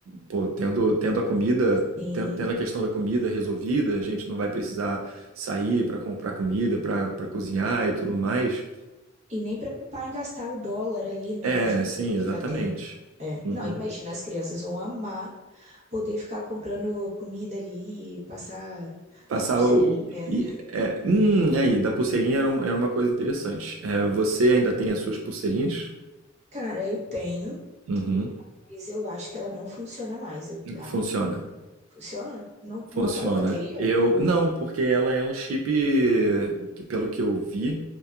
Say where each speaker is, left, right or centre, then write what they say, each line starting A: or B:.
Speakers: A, on the right; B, on the right.
A: pô, tendo, tendo a comida,
B: Sim.
A: ten- tendo, a questão da comida resolvida, a gente não vai precisar sair para comprar comida, para cozinhar e tudo mais.
B: E nem preocupar em gastar o dólar ali, né?
A: É,
B: O dinheiro
A: sim,
B: que a gente
A: exatamente.
B: já tem. É.
A: Uhum.
B: Não, imagina, as crianças vão amar poder ficar comprando comida ali, passar
A: Passar
B: a pulseirinha.
A: o. E, é, hum, aí, da pulseirinha era, um- era uma coisa interessante. É, você ainda tem as suas pulseirinhas?
B: Cara, eu tenho.
A: Uhum.
B: Mas eu acho que ela não funciona mais, eu- tá?
A: Funciona.
B: Funciona? Não,
A: Funciona.
B: não acaba a bateria?
A: Eu. Não, porque ela é um chip. que, Pelo que eu vi,